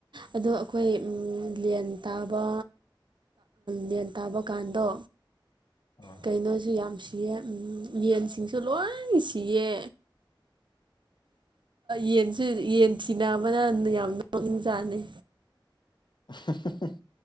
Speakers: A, on the right (about 70°); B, on the left (about 65°).
A: ꯑꯗꯣ ꯑꯩꯈꯣꯏ ꯂꯟ ꯇꯥꯕ ꯂꯟ ꯇꯥꯕ ꯀꯥꯟꯗꯣ
B: ꯑ <unintelligible> <inaudible>
A: ꯀꯩꯅꯣꯁꯨ ꯌꯥꯝ ꯁꯤꯌꯦ ꯌꯦꯟꯁꯤꯡꯁꯨ ꯂꯣꯏ ꯁꯤꯌꯦ ꯌꯦꯟꯁꯨ ꯌꯦꯟ ꯊꯤꯅꯕꯅ ꯌꯥꯝꯅ ꯃꯛꯅꯤꯡ ꯆꯥꯅꯤ
B: ꯍ